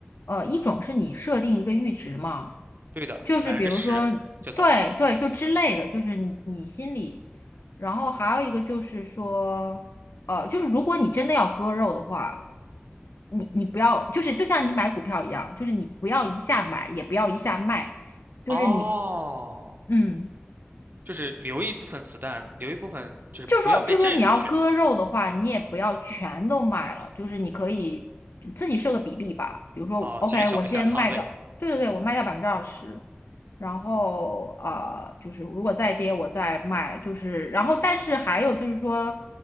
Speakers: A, on the left; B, on the right.
A: 呃，一种是你设定一个阈值嘛，
B: 对的，
A: 就是比如说，
B: 百分之十就走。
A: 对对，就之类的，就是你你心里。然后还有一个就是说，呃，就是如果你真的要割肉的话，你你不要，就是就像你买股票一样，就是你不要一下买，也不要一下卖，就是你，
B: 哦，
A: 嗯。
B: 就是留一部分子弹，留一部分就是不要被震出去
A: 就说就说你要割肉的话，你也不要全都卖了，就是你可以自己设个比例吧。比如说，OK，
B: 哦，减少一下仓位
A: 我先卖掉，对对对，我卖掉百分之二十，然后呃，就是如果再跌我再卖，就是然后但是还有就是说，